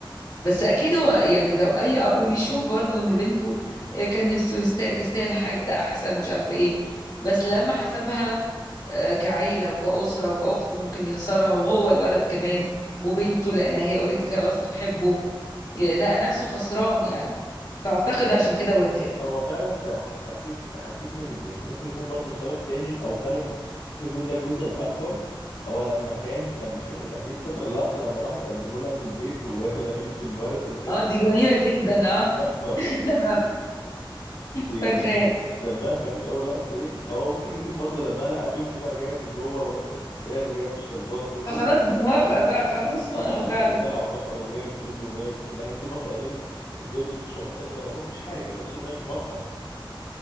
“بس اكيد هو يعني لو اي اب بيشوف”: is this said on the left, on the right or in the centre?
Left